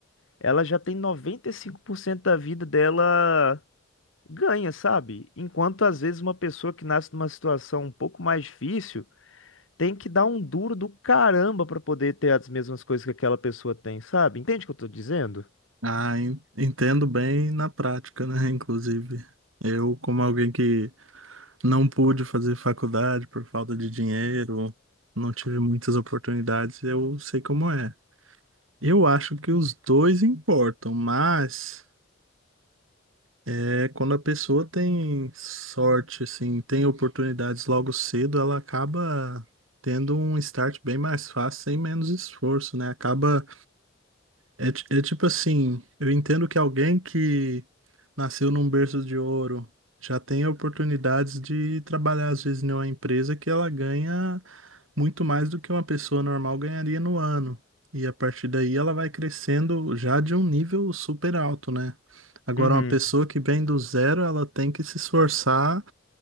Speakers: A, on the left (about 80°); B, on the right (about 85°).
A: ela já tem 95% da vida dela ganha, sabe? Enquanto às vezes uma pessoa que nasce numa situação um pouco mais difícil tem que dar um duro do caramba pra poder ter as mesmas coisas que aquela pessoa tem, sabe? Entende o que eu tô dizendo?
B: Ah, en- entendo bem na prática, né? Inclusive, eu, como alguém que não pude fazer faculdade por falta de dinheiro, não tive muitas oportunidades, eu sei como é. Eu acho que os dois importam, mas é, quando a pessoa tem sorte, assim, tem oportunidades logo cedo, ela acaba tendo um start bem mais fácil, sem menos esforço, né? Acaba É, ti- é tipo assim, eu entendo que alguém que nasceu num berço de ouro já tem oportunidades de trabalhar, às vezes, em uma empresa que ela ganha muito mais do que uma pessoa normal ganharia no ano. E a partir daí ela vai crescendo já de um nível super alto, né? Agora,
A: Uhum.
B: uma pessoa que vem do zero, ela tem que se esforçar